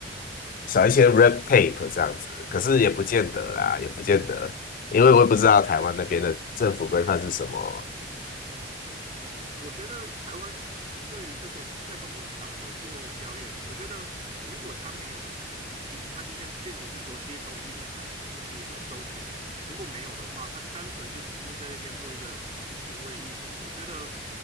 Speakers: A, on the left; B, on the right.
A: 少一些 red tape 这样子。可是也不见得啦，
B: 哦。
A: 也不见得，因为我也不知道台湾那边的政府规范是什么。
B: 我觉得。哦，我觉得台湾对于这个在公共场合做表演，我觉得如果他没有盈利，他今天并不是说街头艺人还是什么，就是有收钱。如果没有的话，他单纯就只是在那边做一个行为艺术，我觉得